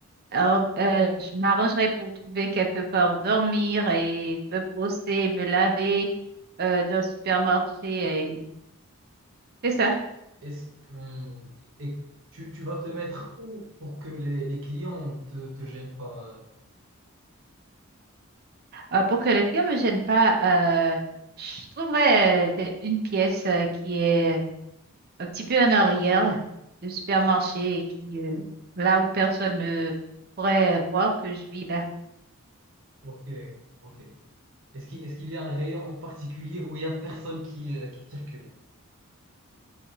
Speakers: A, on the right; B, on the right.
A: or- euh, je m'arrangerai pour trouver quelque part où dormir et me brosser, me laver euh, dans le supermarché. et C'est ça.
B: Est-ce que, hum, et tu, tu vas te mettre où pour que les, les clients te, te gênent pas?
A: Euh, pour que les clients ne me gênent pas, euh, je trouverai euh, des- une pièce euh, qui est un petit peu en arrière du supermarché et qui, euh, là où personne ne pourrait euh, voir que je vis là.
B: Ok, ok. Est-ce qu'il, est-ce qu'il y a un rayon en particulier où il y a personne qui, euh, qui circule